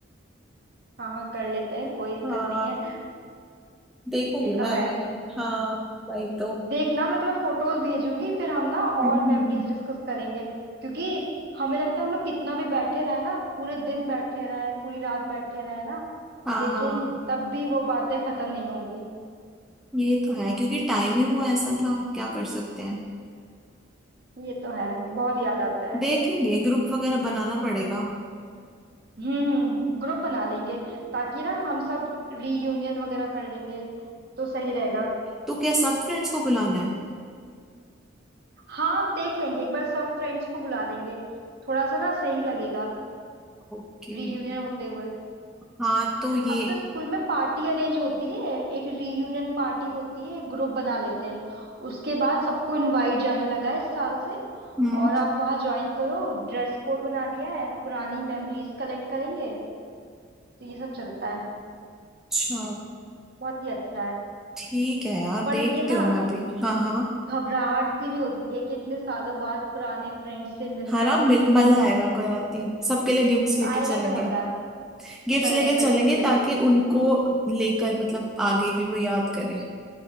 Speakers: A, on the right; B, in the centre.
A: हाँ हाँ कर लेते हैं कोई दिक्कत
B: हाँ
A: नहीं है
B: देखूंगी
A: ये
B: मैं
A: तो
B: अभी
A: है
B: हाँ वही तो
A: देखना मैं तुम्हें फोटोज भेजूंगी फिर हम ना
B: हम्म
A: और
B: हम्म,
A: मेमोरीज डिस्कस करेंगे क्योंकि हमें लगता है हम लोग कितना भी बैठे रहे ना पूरे दिन बैठे रहे पूरी रात बैठे रहे ना
B: हाँ
A: लेकिन
B: हाँ
A: तब भी वो बातें खत्म नहीं होंगी
B: ये तो है क्योंकि टाइम ही वो ऐसा था क्या कर सकते हैं
A: ये तो है बहुत याद आता है
B: देखेंगे ग्रुप वगैरह बनाना पड़ेगा
A: हम्म हम्म, ग्रुप बना लेंगे ताकि ना हम सब रीयूनियन वगैरह कर लेंगे तो सही रहेगा
B: तो क्या सब फ्रेंड्स को बुलाना है
A: हाँ देख लेंगे एक बार सब फ्रेंड्स को बुला लेंगे थोड़ा सा ना सही लगेगा
B: ओके
A: रीयूनियन होते हुए
B: हाँ तो ये
A: अब तो स्कूल में पार्टी अरेंज होती है एक रीयूनियन पार्टी होती है ग्रुप बना लेते हैं उसके बाद सबको इनवाइट जाने लगा है इस साल से
B: हम्म
A: और आप वहाँ ज्वाइन करो ड्रेस कोड बना दिया है पुरानी मेमोरीज कलेक्ट करेंगे तो ये सब चलता है
B: अच्छा
A: बहुत ही अच्छा है
B: ठीक है यार
A: पर
B: देखती
A: लेकिन ना
B: हूँ मैं भी हाँ हाँ
A: घबराहट सी भी होती है कि इतने सालों बाद पुराने फ्रेंड्स से मिलना
B: हाँ ना मिल- मजा आएगा कोई बात नहीं सबके लिए गिफ्ट्स लेके
A: आएगा
B: चलेंगे
A: तो मजा
B: गिफ्ट्स
A: चलेंगे
B: लेके
A: सबके
B: चलेंगे
A: लिए
B: ताकि उनको लेकर मतलब आगे भी वो याद करें